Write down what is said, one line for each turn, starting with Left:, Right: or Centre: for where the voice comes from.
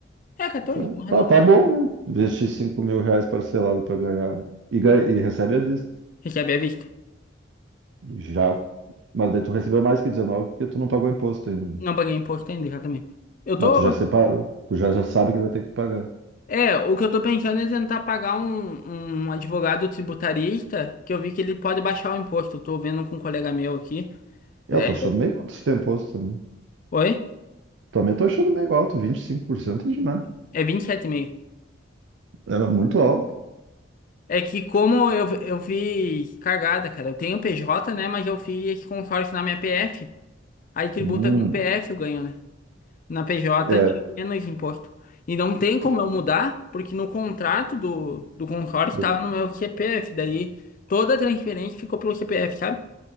Left: É, 14,
Right: Tá,
Left: vamos arredondar.
Right: tá, tá bom, né? Investir 5 mil reais parcelado para ganhar e, ganha- e recebe à vista.
Left: Recebe à vista.
Right: Já, mas daí tu recebeu mais que 19 porque tu não pagou imposto ainda.
Left: Não paguei imposto ainda, exatamente. Eu
Right: Mas
Left: tô.
Right: tu já separou. Tu já, já sabe que vai ter que pagar.
Left: É, o que eu tô pensando é tentar pagar um, um advogado tributarista, que eu vi que ele pode baixar o imposto. Eu tô vendo com um colega meu aqui.
Right: É,
Left: É,
Right: Eu tô achando meio alto esse teu imposto também.
Left: oi?
Right: Também tô achando meio alto, 25% é demais.
Left: É vinte e sete e meio
Right: É muito alto.
Left: É que como eu, eu vi cagada, cara. Eu tenho PJ, né? Mas eu fiz com sorte na minha PF. Aí tributa
Right: Hum,
Left: com PF eu ganho, né? Na PJ
Right: é,
Left: tinha menos imposto. E não tem
Right: tu-
Left: como eu mudar, porque no contrato do, do consórcio
Right: do-
Left: estava no meu CPF. Daí toda a transferência ficou pelo CPF, sabe?